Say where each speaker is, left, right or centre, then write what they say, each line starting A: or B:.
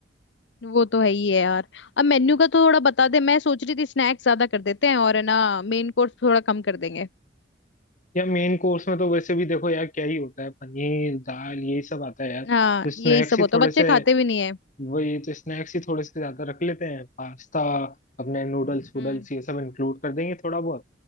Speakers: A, on the left; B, on the left.
A: वो तो है ही है यार अब मेन्यू का तो थोड़ा बता दे मैं सोच रही थी स्नैक्स ज्यादा कर देते हैं और है ना मेन कोर्स थोड़ा कम कर देंगे
B: या मेन कोर्स में तो वैसे भी देखो यार क्या ही होता है पनीर दाल यही सब आता है यार
A: हाँ
B: तो स्नैक्स
A: यही सब
B: ही
A: होता
B: थोड़े
A: है बच्चे
B: से
A: खाते भी नहीं है
B: वही तो स्नैक्स ही थोड़े से ज्यादा रख लेते हैं पास्ता अपने नूडल्स वूडल्स
A: हम्म
B: ये सब इंक्लूड कर देंगे थोड़ा बहुत